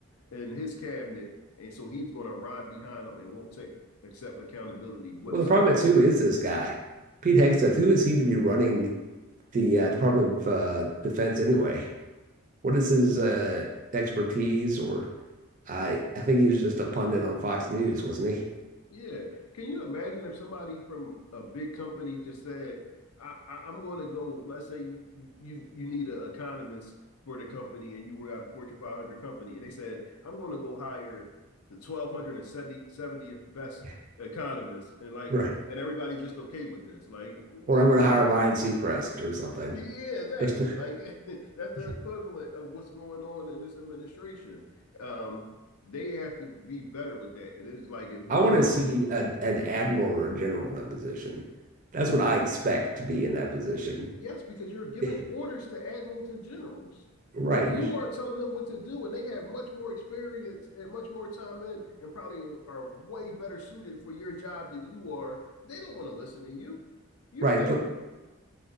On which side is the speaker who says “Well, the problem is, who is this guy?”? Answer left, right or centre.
Right